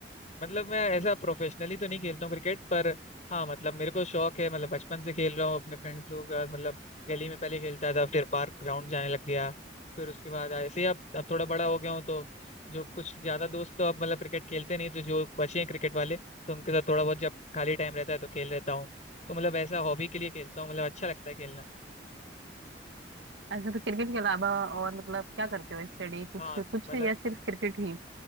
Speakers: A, on the left; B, on the right.
A: मतलब मैं ऐसा प्रोफेशनली तो नहीं खेलता हूँ क्रिकेट पर हाँ मतलब मेरे को शौक है मतलब बचपन से खेल रहा हूँ अपने फ्रेंड्स लोगों के साथ मतलब गली में पहले खेलता था फिर पार्क ग्राउंड जाने लग गया फिर उसके बाद ऐसे ही अब अब थोड़ा बड़ा हो गया हूँ तो जो कुछ ज्यादा दोस्त तो अब मतलब क्रिकेट खेलते नहीं तो जो बचे हैं क्रिकेट वाले तो उनके साथ थोड़ा बहुत जब खाली टाइम रहता है तो खेल लेता हूँ तो मतलब ऐसा हॉबी के लिए खेलता हूँ मतलब अच्छा लगता है खेलना
B: अच्छा तो क्रिकेट के अलावा और मतलब क्या करते हो स्टडी कुछ
A: हाँ
B: कुछ
A: मतलब
B: या सिर्फ क्रिकेट ही